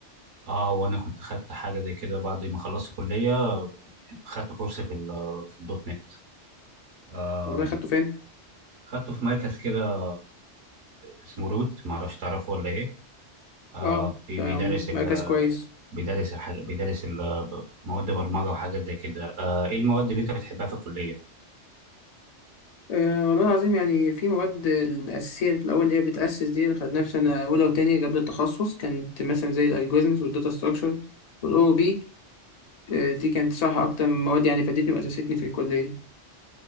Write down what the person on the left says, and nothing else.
والله خدته فين
اه
ده
مركز كويس
أه والله العظيم يعني في مواد الأساسية الأول اللي هي بتأسس دي خدناها في سنة أولى وتانية قبل التخصص كانت مثلا زي الألجوريزمز والداتا ستراكشر والأو بي أه دي كانت صح أكتر من مواد يعني فادتني وأسستني في الكلية